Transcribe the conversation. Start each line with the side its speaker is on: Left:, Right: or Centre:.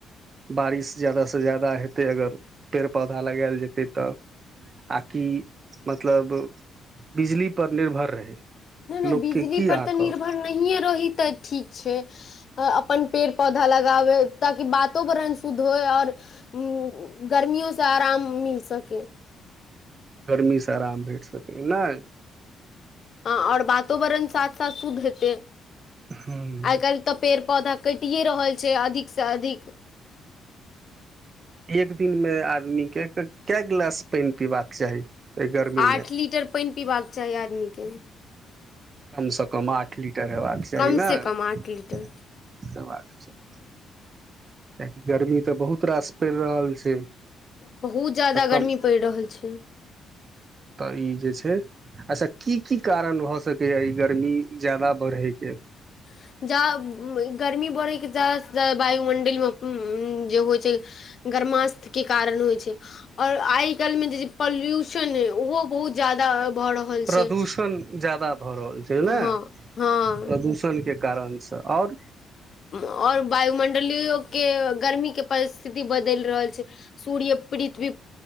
Right: बारिश ज्यदासँ ज्यादा हेतै अगर पेड़ पौधा लगायल जेतै तऽ आकि मतलब बिजलीपर निर्भर रहै
Left: नहि नहि
Right: लोकके
Left: बिजली
Right: की
Left: पर
Right: अहाँ
Left: तऽ निर्भर
Right: कहब
Left: नहि रहि तऽ ठीक छै अपन पेड़ पौधा लगाबै ताकि वातोवरण शुद्ध होय आओर उ गर्मियोसँ आराम मिल सकेै
Right: गर्मी से आराम भेट सकै नहि
Left: ह और वातोवरण साथ साथ शुद्ध हेते
Right: हूँ
Left: आइ काल्हि तऽ पेड़ पौधा कटिए रहल छै अधिकसँ अधिक
Right: एक दिन मे आदमी के कै गिलास पानि पीबाक चाही एहि गर्मीमे
Left: आठ लीटर पानि पीबाक चाही आदमीके
Right: कम से कम आठ ली टर हबाक चाही
Left: कम
Right: नइ
Left: से कम आठ लीटर
Right: हबाक चाही कआाकि गर्मी तऽ बहुत रास पड़ रहल छै
Left: बहुत ज्यादा
Right: <unintelligible>
Left: गर्मी पड़ि रहल छै
Right: त ई जे छई अच्छा की की कारण भऽ सकैया ई गर्मी ज्यादा बढ़यके
Left: <inaudible> जा गर्मी बढ़ैके जााद जा वायुमंडल मे जे होइ छै गरमास्त के कारण होइ छै आओर आइ काल्हिमे जे पॉल्यूशन ओहो बहुत ज्यादा भऽ रहल
Right: प्रदूषण
Left: छै
Right: जादा भऽ रहल छै नइ
Left: हँ हँ
Right: प्रदूषण के कारणसँ आओर
Left: आओर वायुमंडलियो के गर्मी के परिस्थिति बदलि रहल छै सूर्य पीड़ित भी